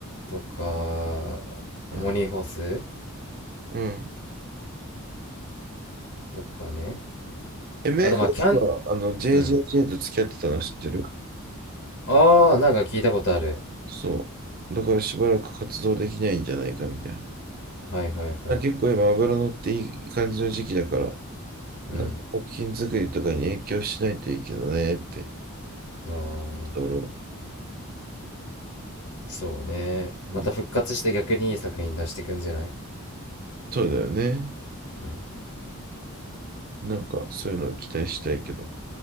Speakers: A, on the left (about 65°); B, on the right (about 40°).
A: とか、モニーホース
B: うん、うん。
A: とかね。
B: MFS
A: あと、まあ、キャン、
B: はあの JJJ
A: うん。
B: と付き合ってたの知ってる
A: ああ、なんか聞いたことある。
B: そう。だからしばらく活動できないんじゃないかみたい
A: はいはいはい。
B: な。結構今脂乗っていい感じの時期だから、
A: うん。
B: なんか作品作りとかに影響しないといいけどねって、
A: ああ、
B: 人ろ、
A: そうね。
B: うん、
A: また復活して逆にいい作品出してくんじゃない
B: そうだよね。
A: うん。
B: なんかそういうのを期待したいけど、